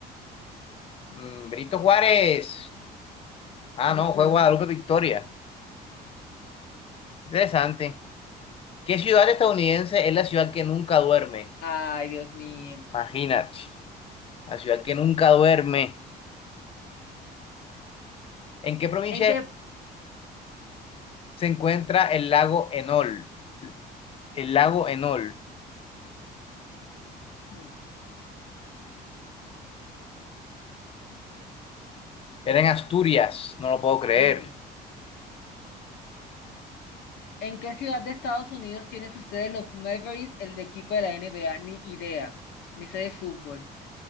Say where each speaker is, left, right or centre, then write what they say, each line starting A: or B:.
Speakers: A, on the left; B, on the left.
A: Mm, Benito Juárez. Ah,
B: Mm,
A: no,
B: mm.
A: fue Guadalupe Victoria. Interesante. ¿Qué ciudad estadounidense es la ciudad que nunca duerme?
B: Ay, Dios mío.
A: Imagínate, la ciudad que nunca duerme. ¿En qué provincia
B: ¿En qué,
A: se encuentra el lago Enol. El lago Enol.
B: mm,
A: Era en Asturias, no lo puedo creer.
B: mm. ¿En qué ciudad de Estados Unidos tiene su sede los Mavericks, el equipo de la NBA? Ni idea, ni sé de fútbol.